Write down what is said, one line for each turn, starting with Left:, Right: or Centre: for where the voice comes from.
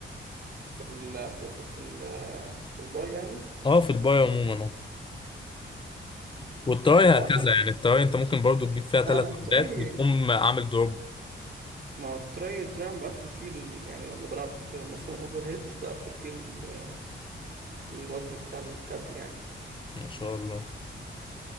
Right: في ال تقصد في ال في الباي يعني
Left: اه في الباي عموما اه والتراي
Right: هو
Left: هكذا
Right: انا
Left: يعني التراي انت ممكن برضو تجيب فيها
Right: لا
Left: تلات
Right: انا التراي
Left: عدات وتقوم عامل دروب
Right: ما التراي التراي أنا بقفل فيه ال... يعني لما بلعب مثلا اوفر هيد بقفل فيه ال... الوزن بتاع الكابل يعني
Left: ما شاء الله